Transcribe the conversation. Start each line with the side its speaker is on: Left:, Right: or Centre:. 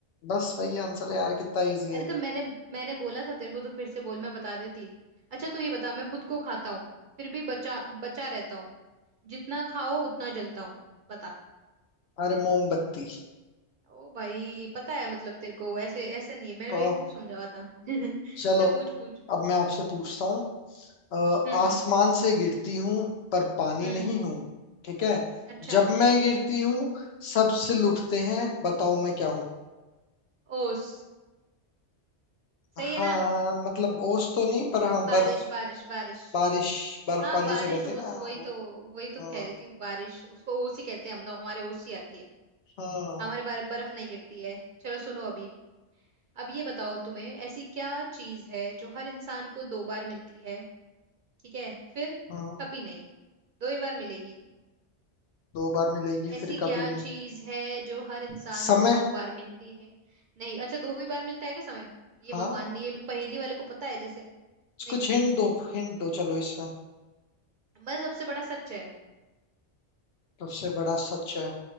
Left: बस वही आंसर है यार कितना इजी है
Right: अरे तो मैंने मैंने बोला था तेरे को तो फिर से बोल मैं बता देती अच्छा तू ये बता मैं खुद को खाता हूँ फिर भी बचा बचा रहता हूँ जितना खाओ उतना जलता हूँ बता
Left: अरे मोमबत्ती
Right: ओ भाई पता है मतलब तेरे को ऐसे ऐसा नहीं है मैंने
Left: तो
Right: बेवकूफ समझा हुआ था <laughs>
Left: चलो
Right: ले पूछ पूछ
Left: अब मैं आपसे पूछता हूँ अ,
Right: हम्म
Left: आसमान से गिरती हूँ पर पानी
Right: हम्म
Left: नहीं हूँ ठीक है
Right: अच्छा
Left: जब
Right: हम्म
Left: मैं गिरती हूँ सब सिल
Right: हम्म
Left: उठते हैं बताओ मैं क्या हूँ
Right: ओस सही
Left: हाँ
Right: है ना
Left: मतलब ओस तो नहीं पर हाँ बर्फ
Right: बारिश बारिश बारिश
Left: बारिश बर्फ
Right: हाँ
Left: वाली
Right: बारिश
Left: जो रहती
Right: ओस
Left: है ना
Right: वही
Left: वो
Right: तो वही तो
Left: हाँ
Right: कह रही थी बारिश उसको ओस ही कहते हैं हम तो हमारे ओस ही आती है
Left: हाँ
Right: हमारे बार बर्फ नहीं गिरती है चलो सुनो अभी अब ये बताओ तुम्हें ऐसी क्या चीज है जो हर इंसान को दो बार मिलती है ठीक है फिर
Left: हाँ
Right: कभी नहीं दो ही बार मिलेगी
Left: दो बार मिलेगी
Right: ऐसी
Left: फिर
Right: क्या
Left: कभी
Right: चीज
Left: नहीं
Right: है जो हर इंसान
Left: समय
Right: को दो बार मिलती है नहीं अच्छा दो ही बार मिलता है क्या समय ये
Left: हाँ
Right: भगवान ने ये भी पहेली वाले को पता है जैसे नहीं
Left: कुछ हिंट दो हिंट दो चलो इसमें
Right: मैं सबसे बड़ा सच है
Left: सबसे बड़ा सच है